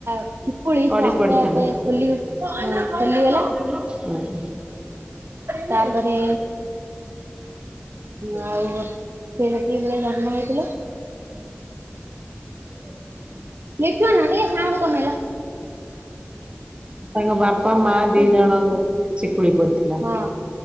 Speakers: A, on the right; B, on the right.
A: ଶିକୁଳି
B: ପଡି
A: ସେ ଆପେ
B: ପଡିଥିଲା।
A: ଆପେ ଖୋଲି ଖୋଲିଗଲା।
B: ଅ ହେଁ।
A: <inaudible> ତାପରେ ହୁଁ ଆଉ ସେ ଯେତିକି ବେଳେ ଜନ୍ମ ହେଇଥିଲେ
B: <inaudible>
A: ଲିଟୁଅନା ଟିକେ ସାଉଟୁ କମେଇଲ।
B: ତାଙ୍କ
A: <inaudible>
B: ବାପା ମା ଦି ଜଣଙ୍କ ଶିକୁଳି ପଡିଥିଲା।
A: ହଁ।